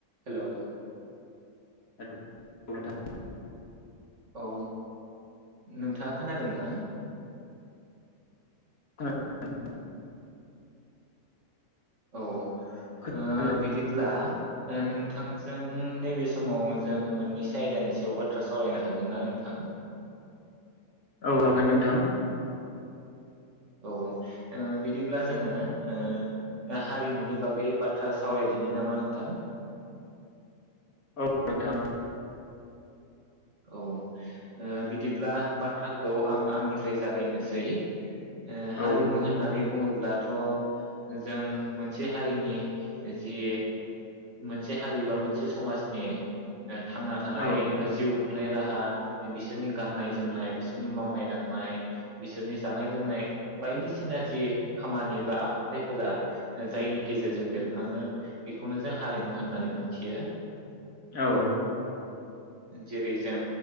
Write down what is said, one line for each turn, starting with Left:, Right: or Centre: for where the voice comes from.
Right: Hello
Left: <unintelligible> नोंथां
Right: औ नोंथाङा खोनादों ना?
Left: <unintelligible>
Right: औ
Left: खोनादों?
Right: ओ बिदिब्ला ओ नोंथांजों नैबे समाव जों मोननैसो आयदानि सायाव बाथ्रा सावरायनो हागोन ना नोंथां?
Left: औ हागोन नोंथां।
Right: औ ओ बिदिब्ला जोङो ओ हारिमुनि बागै बाथ्रा सावरायदिनि नामा नोंथां।
Left: औ नोंथां
Right: औ ओ बिदिब्ला बाथ्राखौ आं आंनिफ्राय जागायनोसै। ओ हारिमु
Left: औ
Right: होननानै बुङोब्लाथ' जों मोनसे हारिनि जि मोनसे हारिबा मोनसे समाजनि ओ थांना थानाय
Left: औ
Right: एबा जिउ खुंनाय राहा बिसोरनि गाननाय जोमनाय बिसोरनि मावनाय दांनाय बिसोरनि जानाय लोंनाय बायदिसि ना जि खामानि बा आखुथायफोरा जायनि गेजेरजों बेरखाङो बेखौनो जों हारिमु होननानै मोनथियो।
Left: औ।
Right: जेरै जों